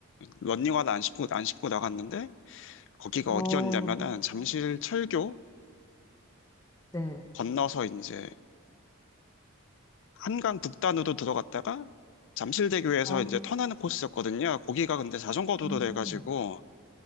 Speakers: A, on the left; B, on the left.
A: 런닝화는 안 신고 안 신고 나갔는데 거기가
B: 어,
A: 어디였냐면은 잠실 철교
B: 네.
A: 건너서 이제 한강 북단으로 들어갔다가 잠실대교에서
B: 어,
A: 이제 턴하는 코스였거든요. 거기가 근데 자전거 도로
B: 음,
A: 돼가지고